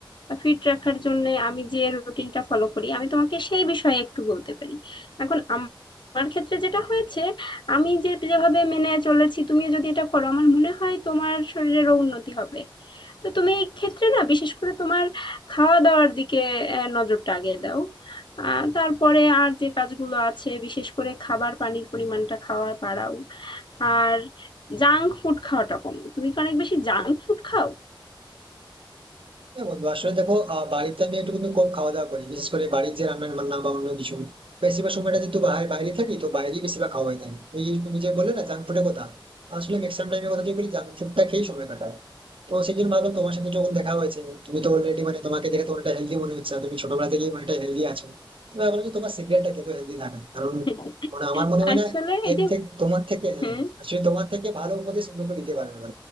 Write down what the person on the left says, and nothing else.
ফিট রাখার জন্য আমি যে রুটিনটা ফলো করি আমি তোমাকে সেই বিষয়ে একটু বলতে পারি এখন আম- আমার ক্ষেত্রে যেটা হয়েছে আমি যে যেভাবে মেনে চলেছি তুমিও যদি এটা করো আমার মনে হয় তোমার শরীরেরও উন্নতি হবে তো তুমি এই ক্ষেত্রে না বিশেষ করে তোমার খাওয়া দাওয়ার দিকে আহ, নজরটা আগে দাও আহ তারপরে আর যে কাজগুলো আছে বিশেষ করে খাবার পানির পরিমাণটা খাওয়ার বাড়াও আর জাঙ্ক ফুড খাওয়াটা কমাও তুমি কি অনেক বেশি জাঙ্ক ফুড খাও
<laughs>
আসলে
এই
যে
হ্যাঁ